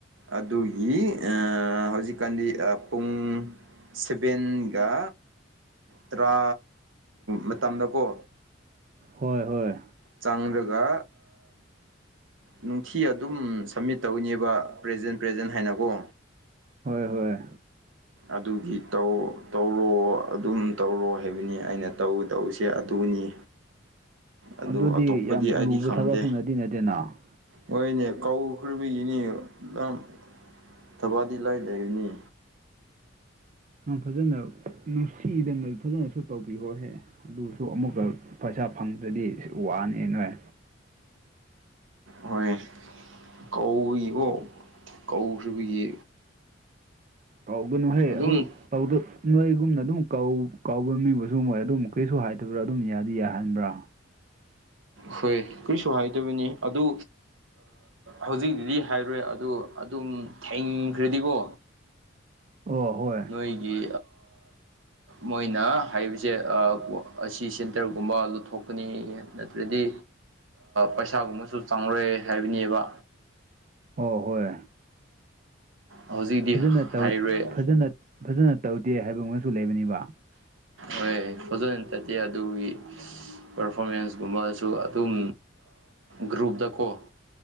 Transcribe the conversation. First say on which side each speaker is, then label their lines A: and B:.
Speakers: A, on the right (about 80°); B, on the right (about 40°).
A: ꯑꯗꯨꯒꯤ ꯍꯧꯖꯤꯛꯀꯥꯟꯗꯤ ꯄꯨꯡ ꯁꯚꯦꯟꯒ ꯇꯔꯥ ꯃꯇꯝꯗ ꯀꯣ
B: ꯍꯣꯏ ꯍꯣꯏ
A: ꯆꯥꯡꯒꯔꯒ ꯅꯨꯡꯊꯤ ꯑꯗꯨꯝ ꯁꯝꯃꯤꯠ ꯇꯧꯅꯦꯕ ꯄ꯭ꯔꯖꯦꯟ ꯄ꯭ꯔꯖꯦꯟ ꯍꯥꯏꯅꯀꯣ
B: ꯍꯣꯏ ꯍꯣꯏ
A: ꯑꯗꯨꯒꯤ ꯇꯧ ꯇꯧꯔꯣ ꯑꯗꯨꯝ ꯇꯧꯔꯣ ꯍꯥꯏꯕꯅꯤ ꯑꯩꯅ ꯇꯧ ꯇꯧꯁꯦ ꯑꯗꯨꯅꯤ ꯑꯗꯨ
B: ꯑꯗꯨꯗꯤ
A: ꯑꯇꯣꯞꯄꯗꯤ
B: ꯌꯥꯝ
A: ꯑꯩꯗꯤ
B: ꯂꯨꯕ
A: ꯈꯪꯗꯦ
B: ꯊꯕꯛꯁꯨ ꯅꯠꯇꯤ ꯅꯠꯇꯦꯅ
A: ꯍꯣꯏꯅꯦ ꯀꯧꯈ꯭ꯔꯕꯒꯤꯅꯤ ꯌꯥꯝ ꯊꯕꯥꯗꯤ ꯏꯂꯥꯏ ꯂꯩꯕꯅꯤ
B: ꯐꯖꯅ ꯅꯨꯡꯁꯤꯗꯅ ꯐꯖꯅꯁꯨ ꯇꯧꯕꯤꯍꯣꯍꯦ ꯑꯗꯨꯁꯨ ꯑꯃꯨꯛꯀ ꯄꯩꯁꯥ ꯐꯪꯗ꯭ꯔꯗꯤ ꯋꯥꯅꯤ ꯅꯣꯏ
A: ꯍꯣꯏ ꯀꯧꯕꯒꯤꯀꯣ ꯀꯧꯕꯈꯔꯤꯕꯒꯤ
B: ꯑꯧ ꯅꯨꯍꯩ
A: ꯑꯗꯨꯝ
B: ꯑꯗꯨ ꯧ ꯅꯣꯏꯒꯨꯝꯅ ꯑꯗꯨꯝ ꯀ ꯃꯤꯕꯨꯁꯨ ꯃꯣꯏ ꯑꯗꯨꯝ ꯀꯩꯁꯨ ꯍꯥꯏꯗꯕ꯭ꯔꯥ ꯑꯗꯨꯝ ꯌꯥꯗꯤ ꯌꯥꯍꯟꯕ꯭ꯔꯥ
A: ꯍꯣꯏ ꯀꯔꯤꯁꯨ ꯍꯥꯏꯗꯕꯅꯤ ꯑꯗꯨ ꯍꯧꯖꯤꯛꯇꯛꯇꯗꯤ ꯍꯥꯏꯔꯣꯏ ꯑꯗꯨ ꯑꯗꯨꯝ ꯊꯦꯡꯈ꯭ꯔꯗꯤꯕꯣ
B: ꯑꯣ ꯍꯣꯏ
A: ꯅꯣꯏꯒꯤ ꯃꯣꯏꯅ ꯍꯥꯏꯕꯁꯦ ꯑꯁꯤ ꯁꯦꯟꯇꯔꯒꯨꯝꯕ ꯂꯧꯊꯣꯛꯀꯅꯤ ꯅꯠꯇ꯭ꯔꯗꯤ ꯄꯩꯁꯥꯒꯨꯝꯕꯁꯨ ꯆꯥꯡꯔꯦ ꯍꯥꯏꯕꯅꯦꯕ
B: ꯑꯣ ꯍꯣꯏ
A: ꯍꯧꯖꯤꯛꯇꯤ
B: ꯐꯖꯅ ꯇꯧ
A: ꯍꯥꯏꯔꯣꯏ
B: ꯐꯖꯅ ꯐꯖꯅ ꯇꯧꯗꯦ ꯍꯥꯏꯕ ꯑꯃꯁꯨ ꯂꯩꯕꯅꯤꯕ
A: ꯍꯣꯏ ꯐꯖꯅ ꯇꯠꯇꯦ ꯑꯗꯨꯒꯤ ꯄꯔꯐꯣꯔꯃꯦꯟꯁꯀꯨꯝꯕꯁꯨ ꯑꯗꯨꯝ ꯒ꯭ꯔꯨꯞꯇꯀꯣ